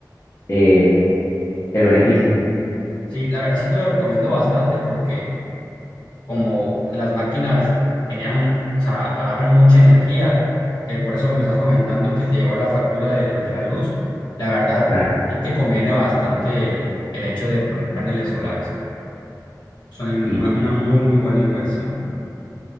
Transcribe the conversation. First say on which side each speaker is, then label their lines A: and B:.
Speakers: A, on the left; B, on the left.
A: eh, el beneficio,
B: Sí, la verdad sí te lo recomiendo bastante porque como las máquinas generan, mu- o sea, agarran mucha energía, eh, por eso que me estás comentando que te llegó la factura del- de, la luz, la verdad
A: claro.
B: sí te conviene bastante el, el hecho de poner paneles solares. Son en-
A: Sí,
B: una una muy, muy buena inversión.